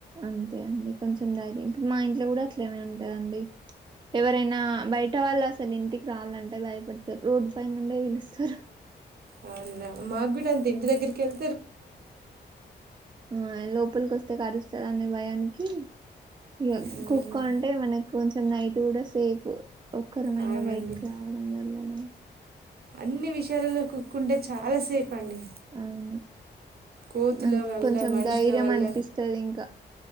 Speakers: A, on the right; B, on the right.
A: అంతే అండి కొంచెం ధైర్యం ఇప్పుడు మా ఇంట్లో కూడా అట్లనే ఉంటదండి ఎవరైనా బయట వాళ్ళు అసలు ఇంటికి రావాలంటే భయపడ పడతారు రోడ్డు పైనుండే పిలుస్తారు
B: అవునులే మాగూడ అంతే ఇంటి దగ్గరికెళ్
A: ఆ లోపలికి వస్తే కురుస్తది అ భయానికి ఇగ
B: మ్మ్.
A: కుక్క ఉంటే మనకు కొ నైట్ కూడ సేఫ్ ఒక్కరమైన
B: అవునండి
A: బయటకి రావడం వెళ్ళడం
B: అన్ని విషయాలలో కుక్కుంటే చాల సేఫ్ అండి
A: అవును
B: కోతుల
A: మంచి
B: వల్ల
A: కొంచెం
B: మనుషుల
A: ధైర్యం
B: వల్ల
A: అనిపిస్తది ఇంకా